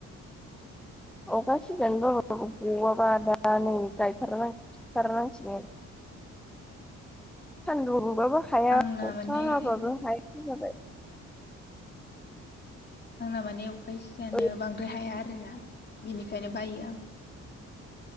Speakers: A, in the centre; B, on the left (about 35°).
A: अखा सिजानो बाबाबो गवाबा दा नै गायथारनां फुथारनांसिगोन। <inaudible> सान्दुं दुंबाबो हाया
B: आंना
A: अखा
B: माने
A: हाबाबो हायासो जाबाय।
B: आंना माने अखा सिजानाया
A: ओरै
B: बांद्राय हाया आरोना बेनिखायनो बायो आं।